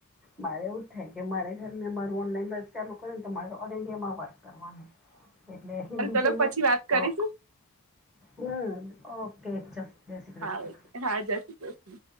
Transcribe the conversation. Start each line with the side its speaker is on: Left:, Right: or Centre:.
Centre: મારે એવું જ થાય કે મારે જયને મારું ઓનલાઈન વર્ક ચાલુ કરે ને તો મારે ઓલ ઇન્ડિયામાં વર્ક કરવાનું. એટલે હિન્દી
Right: હ પેલો
Centre: જોઈએ
Right: પછી વાત કરીશું
Centre: તો હ ઓકે જય શ્રી કૃષ્ણ
Right: હા હા જ શી કૃષ્ણ